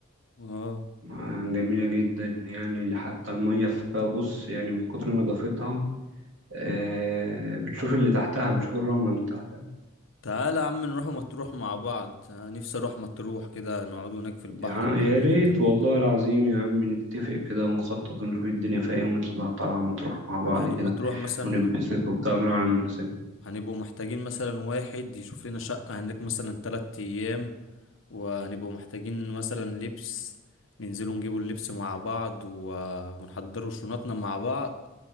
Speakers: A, on the left; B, on the right.
A: اه
B: آه، جميله جدا يعني حتى الميه فيها بص يعني من كتر نظافتها آه، بتشوف اللي تحتها بتشوف الرمله من تحت
A: تعالى يا عم نروح مطروح مع بعض أنا نفسي اروح مطروح كده نقعد هناك في البحر
B: يا ع-
A: البحر
B: يا ريت
A: هناك جميل
B: والله العظيم يا عم نتفق كده ونخطط ونشوف الدنيا فيها يوم نطلع طلعة مطروح مع بعض
A: يعني
B: كده
A: مطروح مثلا
B: ونتبسط وبتاع ونروح على نفسنا
A: هنبقوا محتاجين مثلا واحد يشوف لنا شقة هناك مثلا تلات أيام وهنبقوا محتاجين مثلا لبس ننزلوا نجيبوا اللبس مع بعض و... ونحضروا شنطنا مع بعض